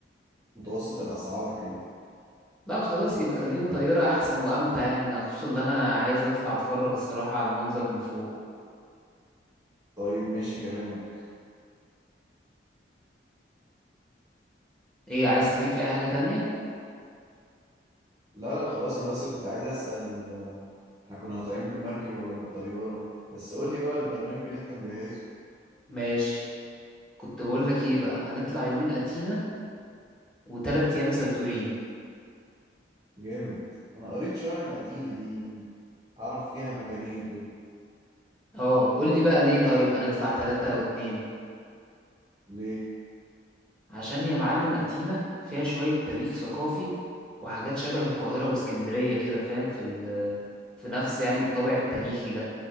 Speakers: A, on the right; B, in the centre.
A: متوسط الأسعار كده
B: لا خلاص يبقى خلينا طيارة أحسن وأمتع يعني أنا خصوصا إن أنا عايز أطلع أتفرج الصراحة على المنظر من فوق
A: طيب ماشي كلامك
B: إيه عايز تضيف أي حاجة تانية؟
A: لا لا خلاص أنا بس كنت عايز أسأل احنا كنا طالعين بالمركب ولا بالطيارة بس قول لي بقى البرنامج اللي أنت مجهزه
B: ماشي كنت بقول لك ايه بقى هنطلع يومين اتينا وتلات أيام سانتوريني
A: جامد أنا قريت شوية عن أتينا دي أعرف فيها مكانين كده
B: اه قول لي بقى ليه طيب هنطلع تلاتة أو اتنين
A: ليه؟
B: عشان يا معلم أتينا فيها شوية تاريخ ثقافي وحاجات شبه القاهرة واسكندرية كده فاهم في ال في نفس يعني الطابع التاريخي ده